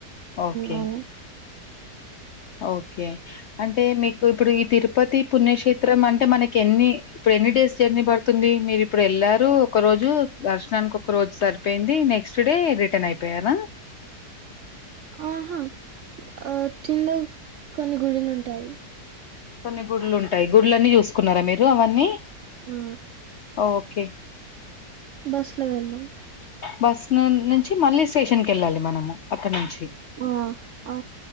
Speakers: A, on the left; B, on the right.
A: ఓకే
B: అవునా
A: ఓకే ఓకే అంటే మీకు ఇప్పుడు ఈ తిరుపతి పుణ్యక్షేత్రం అంటే మనకి ఎన్ని ఇప్పుడు ఎన్ని డేస్ జ ర్నీ పడుతుంది మీరు ఇప్పుడు వెళ్ళారు ఒక రోజు దర్శనానికి ఒక రోజు సరిపోయింది నెక్స్ట్ డే రిటర్న్ అయిపోయారా
B: ఆహా ఆ తిందలో కొన్ని గుడులు ఉంటాయి
A: కొన్ని గుళ్లు ఉంటాయి గుళ్ళు అన్ని చూసుకున్నారా మీరు అవన్నీ
B: ఆ,
A: ఓకే
B: బస్సు లో వెళ్ళాం
A: బస్ ను నుంచి మళ్ళీ స్టేషన్ కి వెళ్ళాలి మనము అక్కడ నుంచి
B: ఆ ఆ